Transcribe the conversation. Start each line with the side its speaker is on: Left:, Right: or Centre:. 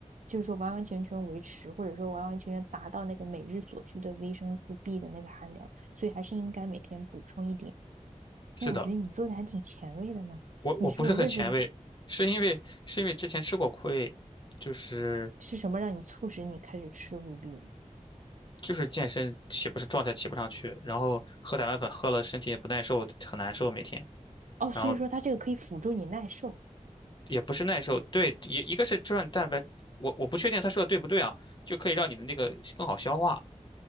Right: 就是说完完全全维持，或者说完完全全达到那个每日所需的维生素 B 的那个含量，所以还是应该每天补充一点。
Left: 是的，
Right: 哎，我觉得你做的还挺前卫的呢。
Left: 我我不是很前卫，
Right: 你说我认识的
Left: 是因为是因为之前吃过亏，就是
Right: 是什么让你促使你开始吃 VB？
Left: 就是健身起不是状态起不上去，然后喝蛋白粉喝了身体也不耐受，很难受每天。
Right: 哦，所以说它这个可以辅助你耐受。
Left: 然后也不是耐受，对，也一个是就让蛋白，我我不确定他说的对不对啊，就可以让你的那个更好消化